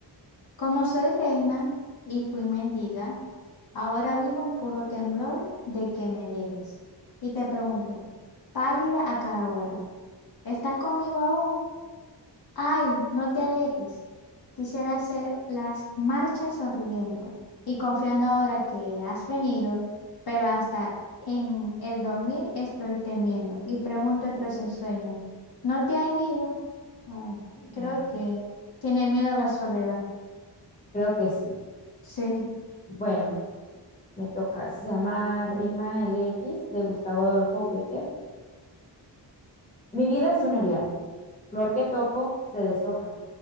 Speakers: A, on the left (about 55°); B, on the left (about 20°).
A: Como soy reina y fui mendiga, ahora vivo en puro temblor de que me dejes. Y te pregunto, pálida a cada hora, ¿estás conmigo aún? Ay, no te alejes. Quisiera hacer las marchas sonriendo y confiando ahora que has venido, pero hasta en el dormir estoy temiendo y pregunto entre sus sueños, ¿no te has ido? Ay,
B: Mm,
A: creo que tiene miedo a la soledad.
B: Creo que sí.
A: Sí,
B: Bueno, me toca. Se llama Rima LX de Gustavo Adolfo Bécquer. Mi vida es un erial, flor que toco se deshoja,